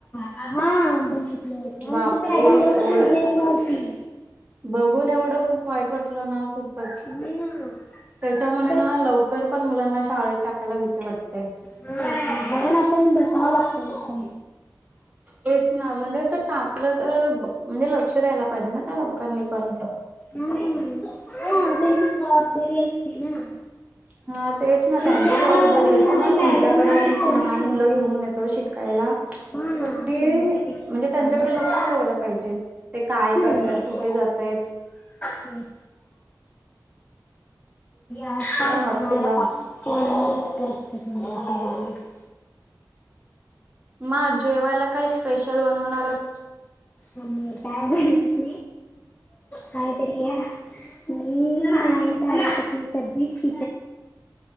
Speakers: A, on the left; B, on the right.
A: हा बघितले आणि
B: बापरे
A: तु्ही अजून लोक
B: एवढं
A: देत नव्हती.
B: बघून एवढं खूप वाईट वाटलं ना खूपच
A: हा
B: त्याच्यामुळे
A: बघ
B: ना लवकर पण मुलांना शाळेत टाकायला भीती वाटते.
A: म्हण आपण बसावं लाक्ष व
B: हेच ना म्हणजे असं टाकलं तर म्हणजे लक्ष द्यायला पाहिजे ना त्या लोकांनी पण
A: हा हा त्यांची जबाबदारी असते ना.
B: हा तेच ना
A: पण
B: त्यांची
A: त्या
B: जबाबदारी
A: रूम
B: असते
A: मध्ये
B: ना तुमच्याकडे
A: मॅडम वगैरे
B: आम्ही
A: कोणीच
B: लहान
A: नव्हते.
B: मुलं घेऊन येत. शिकायला
A: हा
B: तु
A: त्यांच्या विश्वासावर
B: म्हणजे त्यांच्याकडे
A: हम्म.
B: लक्ष ठेवा लाग. पाहिजे ते काय करताय
A: तेच
B: कुठे जातय
A: की <inaudible>
B: वाटते लहान. मग जेवायला काय स्पेशल बनवणार आहात?
A: ह काय तरी या. नाही नाहीपस कधीच